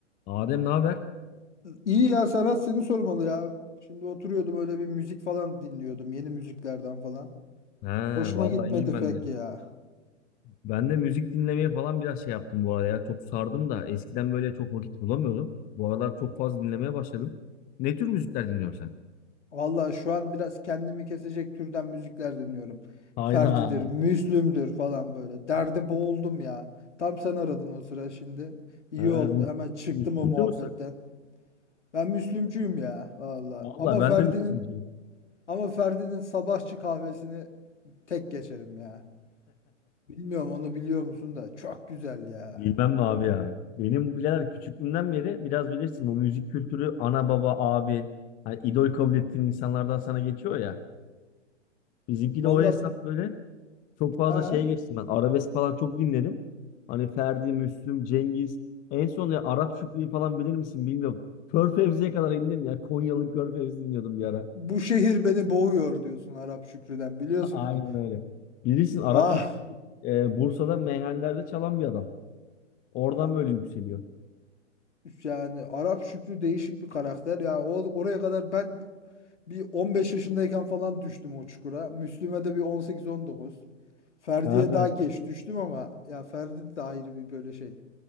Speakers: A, on the left; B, on the left.
A: Adem ne haber?
B: İyi ya Serhat seni sormalı ya. Şimdi oturuyordum öyle bir müzik falan dinliyordum. Yeni müziklerden falan.
A: He
B: Hoşuma
A: vallahi
B: gitmedi
A: iyiyim ben
B: pek
A: de.
B: ya.
A: Ben de müzik dinlemeye falan biraz şey yaptım bu arada ya. Çok sardım da eskiden böyle çok vakit bulamıyordum. Bu aralar çok fazla dinlemeye başladım. Ne tür müzikler dinliyorsun sen?
B: Vallahi şu an biraz kendimi kesecek türden müzikler dinliyorum.
A: Hayda.
B: Ferdi'dir, Müslüm'dür falan böyle. Derde boğuldum ya. Tam sen aradın o sıra şimdi. İyi
A: Ha,
B: oldu.
A: Müs-
B: Hemen çıktım
A: Müslümcü
B: o muhabbetten.
A: müsün?
B: Ben Müslümcüyüm ya valla.
A: Valla
B: Ama
A: ben
B: Ferdi'nin
A: de Müslümcüyüm.
B: ama Ferdi'nin sabahçı kahvesini tek geçerim ya. Bilmiyorum onu biliyor musun da çok güzel ya.
A: Bilmem mi abi ya? Benim birader küçüklüğümden beri biraz bilirsin bu müzik kültürü ana baba abi hani idol kabul ettiğin insanlardan sana geçiyor ya. Bizimki
B: Valla
A: de o hesap böyle. Çok fazla
B: Ha?
A: şeye geçtim ben. Arabesk falan çok dinledim. Hani Ferdi, Müslüm, Cengiz. En son ya Arap Şükrü'yü falan bilir misin bilmiyorum. Körfevzi'ye kadar indim ya. Konyalı Körfevzi dinliyordum bir ara.
B: Bu şehir beni boğuyor diyorsun Arap Şükrü'den biliyorsun
A: <laughs> Aynen
B: mu?
A: öyle. Bilirsin Arap
B: Ah
A: Şükrü e, Bursa'da meyhanelerde çalan bir adam. Oradan
B: ya
A: böyle yükseliyor.
B: yani Arap Şükrü değişik bir karakter. Ya o oraya kadar ben bir 15 yaşındayken falan düştüm o çukura. Müslüme de bir 18-19. Ferdi'ye
A: Ha.
B: daha geç düştüm ama ya Ferdi de ayrı bir böyle şey.